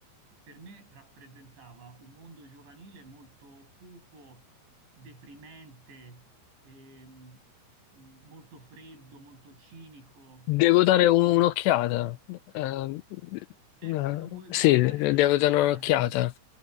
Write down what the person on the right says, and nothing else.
per me rappresentava un mondo giovanile molto cupo, deprimente, ehm, s- molto freddo, molto cinico.
Poi
sì,
c'è-
eh,
se lo vuoi
guardare,
guardalo.